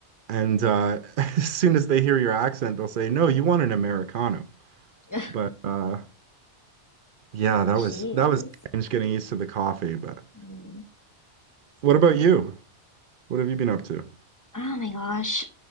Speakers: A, on the right; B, on the left.
A: and uh <laughs> as soon as they hear your accent, they'll say, "No, you want an Americano."
B: <laughs>
A: But uh yeah, that
B: Jeez.
A: was that was strange getting used to the coffee, but
B: Mm.
A: what about you? What have you been up to?
B: Oh my gosh.